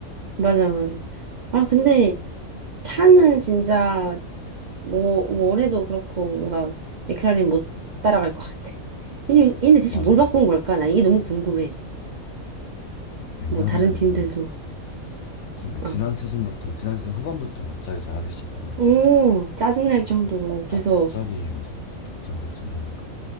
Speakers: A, on the right (about 85°); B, on the left (about 75°).
A: 맞아, 맞아. 아, 근데 차는 진짜 뭐, 뭐 올해도 그렇고 뭔가 맥클라렌 못 따라갈 것 같아. 얘네, 얘네 대체
B: 맞아
A: 뭘
B: 맞아.
A: 바꾼 걸까? 나 이게 너무 궁금해.
B: 맥라렌은
A: 뭐 다른 팀들도.
B: 근데 그러니까
A: 어.
B: 지난 시즌부터 지난 시즌 후반부터 갑자기 잘하기 시작하다가
A: 오, 짜증날 정도로.
B: 갑자기
A: 그래서
B: 맞아 격차가 갑자기 나니까